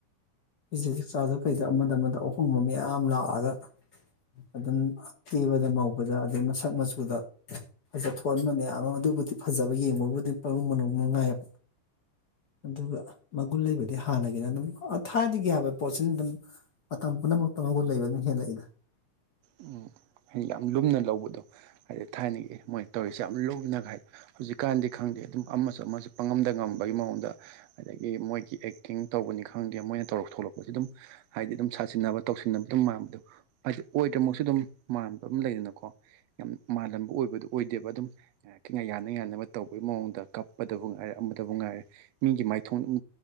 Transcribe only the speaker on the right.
ꯎꯝ ꯌꯥꯝ ꯂꯨꯝꯅ ꯂꯧꯕꯗꯣ ꯍꯥꯏ ꯊꯥꯏꯅꯒꯤ ꯃꯣꯏ ꯇꯧꯔꯤꯁꯦ ꯌꯥꯝ ꯂꯨꯝꯅꯒ ꯍꯥꯢ ꯍꯧꯖꯤꯛꯀꯥꯟꯗꯤ ꯈꯪꯗꯦ ꯑꯗꯨꯝ ꯑꯃꯁꯨ ꯑꯃꯁꯨ꯫ ꯄꯪꯉꯝꯗ ꯉꯝꯕꯒꯤ ꯃꯑꯣꯡꯗ ꯑꯗꯒꯤ ꯃꯣꯏꯒꯤ ꯑꯦꯛꯇꯤꯡ ꯇꯧꯕꯅꯤ ꯈꯪꯗꯦ ꯃꯣꯏꯅ ꯇꯧꯔꯛ ꯊꯣꯛꯂꯛꯄꯁꯦ ꯑꯗꯨꯝ꯫ ꯍꯥꯏꯗꯤ ꯗꯨꯝ ꯁꯥꯖꯤꯟꯅꯕ ꯇꯧꯁꯤꯟꯅꯕ ꯑꯗꯨꯝ ꯃꯥꯟꯕꯗꯣ ꯍꯥꯏꯗꯤ ꯑꯣꯏꯗ꯭ꯔꯃꯛꯁꯨ ꯗꯨꯝ꯫ ꯃꯥꯟꯕ ꯑꯃ ꯂꯩꯗꯅꯀꯣ ꯌꯥꯝ ꯃꯥꯜꯂꯝꯕ ꯑꯣꯏꯕꯗꯣ ꯑꯣꯏꯗꯦꯕ ꯑꯗꯨꯝ꯫ ꯉꯥꯏꯍꯥꯛꯀꯤ ꯌꯥꯅ ꯌꯥꯅꯕ ꯇꯧꯕꯒꯤ ꯃꯑꯣꯡꯗ ꯀꯞꯄꯗꯕꯨ ꯉꯥꯏꯔꯦ ꯑꯃꯗꯕꯨ ꯉꯥꯏꯔꯦ꯫ ꯃꯤꯒꯤ ꯃꯥꯏꯊꯣꯡ ꯑꯝ